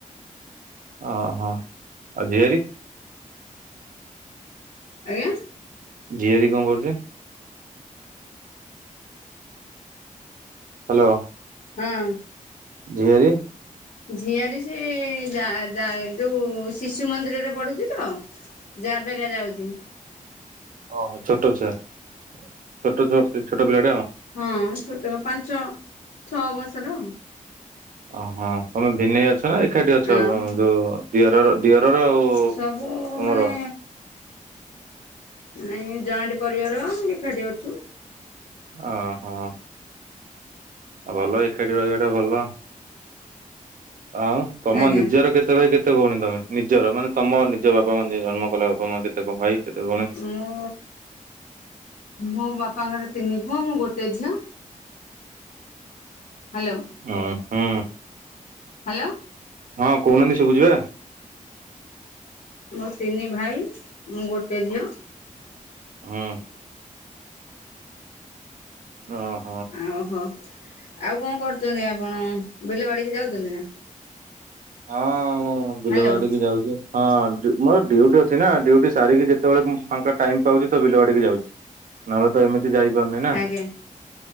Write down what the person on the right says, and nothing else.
ଅହ ଆ ଝିଆରୀ?
ଝିଆରୀ କଁ କରୁଚି? ହାଲୋ।
ଝିଆରୀ?
ଅହ ଛୋଟ ଛୁଆ ଛୋଟ ଛୁଆ ପେ ଛୋଟ ପିଲା।
ଅହଁ ତମେ ଭିନେ ଅଛ ନାଁ ଏଖାଠି ଅଛ
ଅଁ ଯୋଉ ଦିଅରର ଦିଅରର ଆଉ
ତମର
ଅହଁ। ଆ ଭଲ ଏକାଠି ରହିବାଟା ଭଲ। ଆଉ ତମ
ନିଜର କେତେ ଭାଇ କେତେ ଭୋଉଣୀ ତମେ ନି ନିଜର ମାନେ ତମ ନିଜ ବାପା ମା ଜନ୍ମ କଲା ବାପା ମା କେତେ କ ଭାଇ କେତେ ଭଉଣୀ
ହ ହୁଁ।
ହଁ କହୁନାହାନ୍ତି ଶୁଭୁଚି ପା।
ହଁ। ହଁ।
ହଁ ମୁଁ ବିଲ
ବାଡ଼ି କ ଯାଉଛି ହଁ ମୋର ଡ଼ିଉଟି ଅଛି ନା ଡ଼ିଉଟି ସାରିକି ଯେତେବେଳେ ଏବଂ ଫାଙ୍କା ଟାଇମ ପାଉଛି। ବିଲ ବାଡ଼ିକି ଯାଉଛି ନହଲେ ତ ଏମିତି ଯାଇପାରୁନି ନା ।